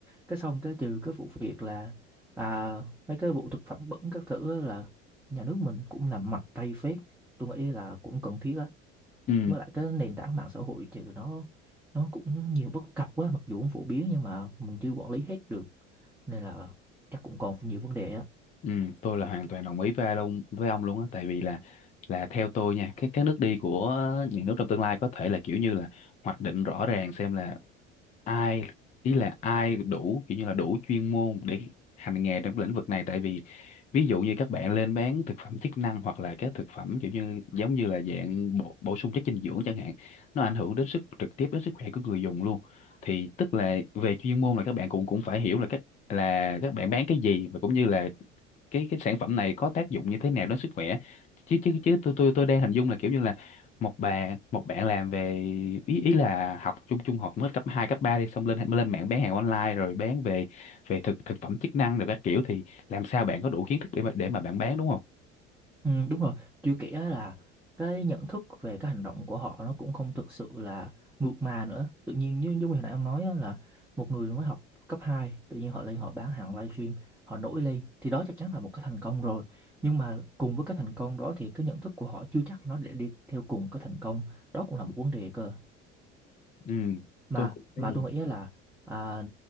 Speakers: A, in the centre; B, on the left.
A: cái xong cái trừ cái vụ việc là à, mấy cái vụ thực phẩm bẩn các thứ á là nhà nước mình cũng làm mạnh tay phết tôi nghĩ là cũng cần thiết á
B: ừ
A: với lại cái nền tảng mạng xã hội trừ nó nó cũng nhiều bất cập quá mặc dù cũng phổ biến nhưng mà mình chưa quản lý hết được nên là chắc cũng còn nhiều vấn đề á
B: Ừ, tôi là hoàn toàn đồng ý với ai luôn với ông luôn á tại vì là là theo tôi nha cái cái nước đi của những nước trong tương lai có thể là kiểu như là hoạch định rõ ràng xem là ai ý là ai đủ kiểu như là đủ chuyên môn để hành nghề trong lĩnh vực này tại vì ví dụ như các bạn lên bán thực phẩm chức năng hoặc là các thực phẩm kiểu như giống như là dạng bổ, bổ sung chất dinh dưỡng chẳng hạn nó ảnh hưởng đến sức trực tiếp đến sức khỏe của người dùng luôn thì tức là về chuyên môn là các bạn cũng cũng phải hiểu là các là các bạn bán cái gì và cũng như là cái cái sản phẩm này có tác dụng như thế nào đến sức khỏe chứ chứ chứ tôi tôi tôi đang hình dung là kiểu như là một bạn một bạn làm về ý ý là học trung trung học mới cấp 2 cấp 3 đi xong lên lên mạng bán hàng online rồi bán về về thực thực phẩm chức năng rồi các kiểu thì làm sao bạn có đủ kiến thức để mà để mà bạn bán đúng không
A: Ừ, đúng rồi, chưa kể là cái nhận thức về cái hành động của họ nó cũng không thực sự là mượt mà nữa. Tự nhiên như, như hồi nãy ông nói á, là một người mới học cấp 2 tự nhiên họ lên họ bán hàng livestream, họ nổi lên thì đó chắc chắn là một cái thành công rồi. Nhưng mà cùng với cái thành công đó thì cái nhận thức của họ chưa chắc nó để đi theo cùng cái thành công. Đó cũng là một vấn đề cơ
B: ừ
A: mà
B: tôi cũng thấy
A: mà
B: vậy
A: tôi nghĩ là à,